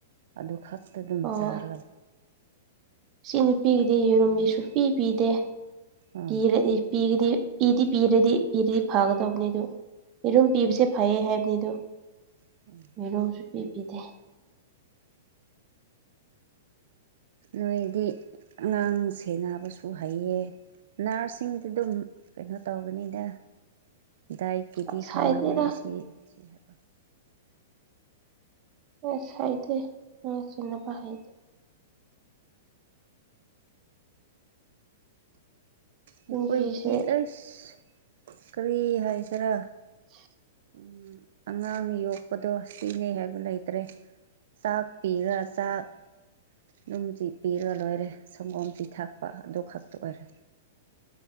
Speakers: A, on the right; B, on the right.
A: ꯑꯗꯨ ꯈꯛꯇ ꯑꯗꯨꯝ
B: ꯑꯣ
A: ꯆꯥꯔꯒ
B: ꯁꯤ ꯅꯨꯄꯤꯒꯤꯗꯤ ꯌꯦꯔꯨꯝꯗꯤ ꯁꯨꯄꯤ ꯄꯤꯗꯦ
A: ꯑꯣ
B: ꯄꯤꯔꯗꯤ ꯄꯤꯒꯗꯤ ꯏꯗꯤ ꯄꯤꯔꯗꯤ ꯄꯤꯔꯗꯤ ꯐꯒꯗꯧꯕꯅꯤꯗ ꯌꯦꯔꯨꯝ ꯄꯤꯕꯁꯦ ꯐꯩꯌꯦ ꯍꯥꯏꯕꯅꯤꯗꯣ
A: <unintelligible>
B: ꯃꯤꯔꯣꯜꯁꯨ ꯄꯤꯕꯤꯗꯦ
A: ꯅꯣꯏꯗꯤ ꯑꯉꯥꯡ ꯁꯦꯟꯅꯕꯁꯨ ꯍꯩꯌꯦ ꯅꯔꯁꯁꯤꯡꯗꯨꯗꯨꯝ ꯀꯩꯅꯣ ꯇꯧꯕꯅꯤꯗ ꯗꯥꯏꯀꯤꯗꯤ
B: ꯑꯁ
A: ꯈꯪꯉꯃꯅꯤ
B: ꯍꯥꯏꯗꯦꯗ
A: ꯑꯁꯤ ꯁꯤ ꯍꯥꯏꯕ
B: ꯑꯁ ꯍꯥꯏꯗꯦ ꯅꯪ ꯆꯟꯅꯅꯕ ꯍꯥꯏꯗꯦ
A: ꯑꯩꯈꯣꯏꯗꯤ
B: ꯅꯨꯄꯤꯁꯦ
A: ꯑꯁ ꯀꯔꯤ ꯍꯥꯏꯁꯤꯔꯥ
B: <unintelligible>
A: ꯎꯝ ꯑꯉꯥꯡ ꯌꯣꯛꯄꯗꯣ ꯁꯤꯅꯦ ꯍꯥꯏꯕ ꯂꯩ ꯆꯠꯇ꯭ꯔꯦ ꯆꯥꯛ ꯄꯤꯔ ꯆꯥꯛ ꯑꯗꯨꯝꯁꯤ ꯄꯤꯔꯒ ꯂꯣꯏꯔꯦ ꯁꯪꯒꯣꯝ ꯆꯤ ꯊꯛꯄ ꯑꯗꯨ ꯈꯛꯇ ꯑꯣꯏꯔꯦ